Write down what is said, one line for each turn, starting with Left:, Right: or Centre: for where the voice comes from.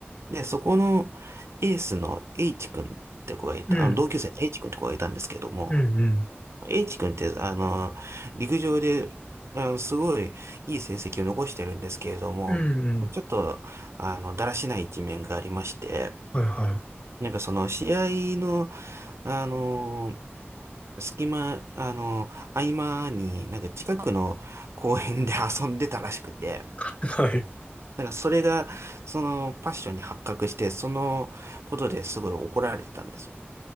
Right: で、そこのエースの H 君って子がいた、
Left: うん、
Right: あの同級生の H 君って子がいたんですけども、
Left: うん、うん。
Right: H 君って、あの、陸上で、あの、すごいいい成績を残してるんですけれども、
Left: うん、うん。
Right: ちょっと、あの、だらしない一面がありまして、
Left: はい、は
Right: なんかその試合の、あの、隙間、あの、合間に、なんか近くの公園で遊んでたらしくて、
Left: い。はい。
Right: なんかそれが、そのパッションに発覚して、そのことですごい怒られてたんですよ。